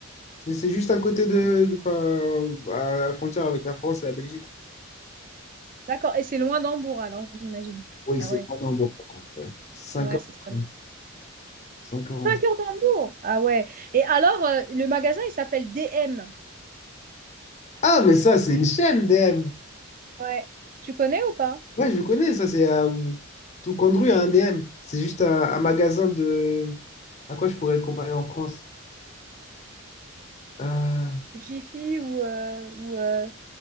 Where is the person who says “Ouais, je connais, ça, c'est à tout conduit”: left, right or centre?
Left